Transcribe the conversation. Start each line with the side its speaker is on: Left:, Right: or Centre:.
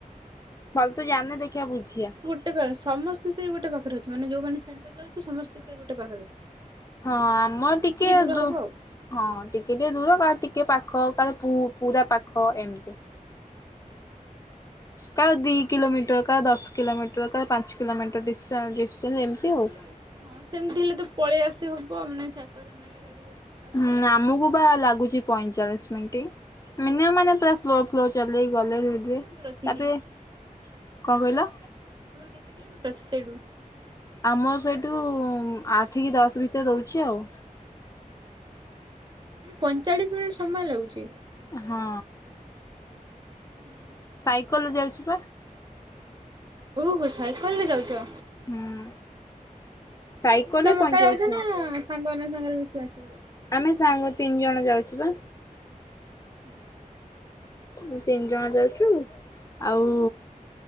Left: ଭଲ ତୁ ଜାଣେ ଦେଖିବା ବୁଝିଆ
Right: ଗଟେ ସମସ୍ତେ ସେଇ ଗୋଟେ ପାଖରେ ଅଛି ମାନେ ଯୋଉମାନେ ସେଣ୍ଟର ଯାଉ ସମସ୍ତେ ସେଇ ଗୋଟେ ପାଖରେ
Left: ହଁ ଆମ ଟିକେ
Right: ଦୂର
Left: ଦୁ
Right: ହବ ଆଉ।
Left: ହଁ ଟିକେ ଟିକେ ଦୂର କା ଟିକେ ପାଖ କାଳେ ପୁ ପୁରା ପାଖ ଏମିତି।
Right: ଉଁ ହୁଁ।
Left: କାଳେ ଦି କିଲୋମିଟର କାଳେ ଦଶ କିଲୋମିଟର କାଳେ ପାଞ୍ଚ କିଲୋମିଟର ଡିଷ୍ଟାନସ୍‌ ଡିସ୍ କିନ୍ତୁ ଏମିତି
Right: ହେଲେ
Left: ଆଉ।
Right: ହଁ ସେମିତି ହେଲେ ତ ପଳେଇ ଆସି ହବ ମାନେ ଚାକର ନହେଲେ ଗାଡିରେ। ଆସି
Left: ହୁଁ
Right: ହବ
Left: ଆମକୁ
Right: ଆଉ।
Left: ବା ଲାଗୁଛି ପଇଁଚାଳିଶ ମିନିଟ୍ ମିନିୟମ ମାନେ ପୁରା ଫ୍ଲୋର ଫ୍ଲୋର ଚଲେଇ
Right: ତମର
Left: ଗଲେ ଦିଦି
Right: କେତେ କିଲୋମିଟର ଅଛି
Left: ତାପରେ
Right: କି
Left: କଣ କହିଲ
Right: ତମର କେତେ କିଲୋମିଟର ଅଛି ସେଇଠୁ।
Left: ଆମ ସେଇଠୁ ଆଠ କି ଦଶ ଭିତରେ ଦଉଛି ଆଉ।
Right: ପଇଁଚାଳିଶ ମିନିଟ୍ ସମୟ ଲାଗୁଛି।
Left: ହଁ।
Right: ଓ ହୋ।
Left: ସାଇକେଲ ଯାଉଛି ପା।
Right: ଓହୋ ସାଇକେଲ ରେ ଯାଉଛ।
Left: ହୁଁ ସାଇକେଲ
Right: ତମେ
Left: ରେ ପଇଁଚାଳିଶ
Right: ଏକା ଯାଉଛ
Left: ମିନିଟ୍
Right: ନା ସାଙ୍ଗମାନେ ସାଙ୍ଗରେ ମିଶି ମାସିକି ଯାଉଚ।
Left: ଆମେ ସାଙ୍ଗ ତିନି ଜଣ ଯାଉଛୁ ବା।
Right: ହୁଁ ହୁଁ।
Left: ତିନି ଜଣ ଯାଉଛୁ ଆଉ